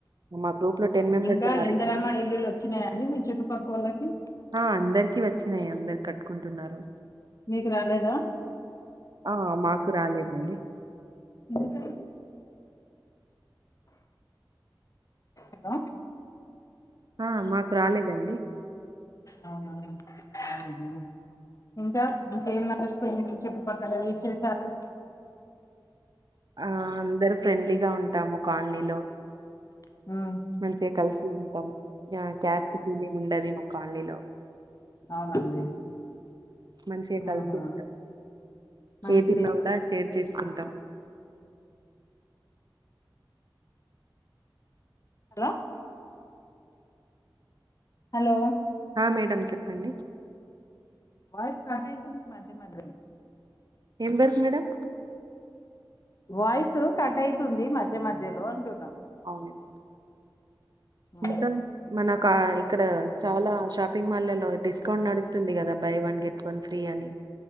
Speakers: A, on the right; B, on the left.
A: మా గ్రూప్‌లో మెంబర్స్
B: ఇంకా
A: ఉన్నారండి.
B: ఇందరమ్మ ఇల్లులు వచ్చినాయ అండి మీ చుట్టుపక్కవా లకి
A: ఆ అందరికి వచ్చినాయి అందరు కట్టుకుంటున్నారు
B: మీకు రాలేద
A: ఆ! మాకు రాలేదండి.
B: ఎందుకని హలో
A: ఆ మాకు రాలేదండి
B: అవునా అవునా ఇంకా ఇంకేం నడుస్తుంది మీ చుట్టుపక్కల విశేషాలు
A: ఆ అందరు ఫ్రెండ్లీగా ఉంటాము కాలనీలో
B: విశేషాలు
A: మంచిగా కలిసి ఉంటాం కాస్ట్ ఫీల్ంగ్ ఉండది మా కాలనీలో
B: అవునండి
A: మంచిగా కలిసి
B: ఆహా
A: ఉంటాం
B: మంచిది
A: ఏదున్నా
B: అలా
A: కూడా షేర్ చేసుకుంటాం
B: హలో హలో
A: ఆ మేడం చెప్పండి
B: వాయిస్ కట్ అయితుంది మాధ్య మాధ్యలో
A: ఏం బర్దు మేడం
B: వాయిస్ కట్ అయితుంది మధ్య మధ్యలో అంటున్నా
A: అవునువును
B: ఉమ్.
A: ఇంకా మన కా ఇక్కడ చాలా షాపింగ్ మాళ్లో డిస్కౌంట్ నడుస్తు తుంది కదా buy one get one free అని